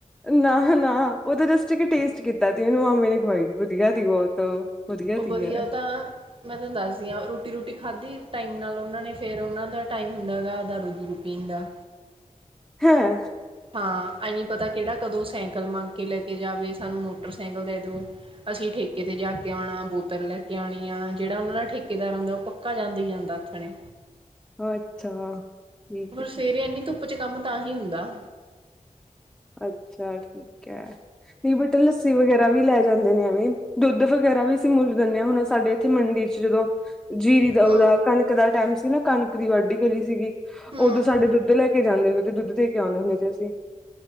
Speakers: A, in the centre; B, on the right (about 40°).
A: ਨਾ ਨਾ ਉਹਦੇ ਬਸ ਟੇਸਟ ਕੀਤਾ ਸੀ, ਮੈਨੂੰ ਮਾਮੇ ਨੇ ਖਵਾਈ ਦੀ ਵਧੀਆ ਸੀ ਬਹੁਤ।
B: ਉਹ
A: ਤੀ
B: ਵਧੀਆ
A: ਯਾਰ
B: ਉਹ ਤਾਂ ਮੈਂ ਤੁਹਾਨੂੰ ਦਸਦੀ ਹਾਂ ਰੋਟੀ ਰੂਟੀ ਖਾਧੀ ਟਾਈਮ ਨਾਲ ਉਹਨਾ ਨੇ, ਫਿਰ ਉਹਨਾ ਦਾ ਟਾਈਮ ਹੁੰਦਾ ਗਾ ਦਾਰੂ ਦੂਰੂ ਪੀਣ ਦਾ।
A: ਹੈਂ!
B: ਹਾਂ, ਐ ਨੀ ਪਤਾ ਕਿਹੜਾ ਕਦੋ ਸਾਈਕਲ ਮੰਗ ਕੇ ਲੈ ਕੇ ਜਾਵੇ, ਸਾਨੂੰ ਮੋਟਰ ਸਾਈਕਲ ਦੇ ਦਿਓ। ਅਸੀਂ ਠੇਕੇ ਤੇ ਜਾ ਕੇ ਆਉਣਾ, ਬੋਤਲ ਲੈ ਕੇ ਆਣੀ ਆ, ਜਿਹੜਾ ਉਹਨਾਂ ਦਾ ਠੇਕੇਦਾਰ ਹੁੰਦਾ ਉਹ ਪੱਕ ਪੱਕਾ ਜਾਦਾ ਹੀ ਜਾਂਦਾ ਆਥਣੇ।
A: ਅੱਛਾ। ਠੀਕ
B: ਪਰ
A: ਹੈ
B: ਸਵੇਰੇ ਐਨੀ ਧੁੱਪ ਚ ਕੰਮ ਤਾਂ ਹੀ ਹੁੰਦਾ।
A: ਅੱਛਾ ਠੀਕ ਐ, ਨਹੀਂ ਬਟ ਲੱਸੀ ਵਗੈਰਾ ਵੀ ਲੈ ਜਾਦੇ ਨੇ ਐਵੇਂ, ਦੁੱਧ ਵਗੈਰਾ ਵੀ ਅਸੀ ਮੁੱਲ ਦਿੰਦੇ ਹਾਂ, ਹੁਣ ਸਾਡੇ ਇਥੇ ਮੰਡੀ ਚ ਜਦੋਂ ਜੀਰੀ ਦਾ
B: ਹੂੰ
A: ਉਹਦਾ ਕਣਕ ਦਾ ਟੈਮ ਸੀ ਨਾ ਕਣਕ ਦੀ ਵਾਢੀ ਕਰੀ ਸੀਗੀ
B: ਹੂੰ।
A: ਉਦੋ ਸਾਡੇ ਦੁੱਧ ਲੈ ਕੇ ਜਾਂਦੇ ਹੁੰਦੇ ਤੇ ਦੁੱਧ ਦੇ ਕੇ ਆਉਦੇ ਹੁੰਦੇ ਤੇ ਅਸੀ।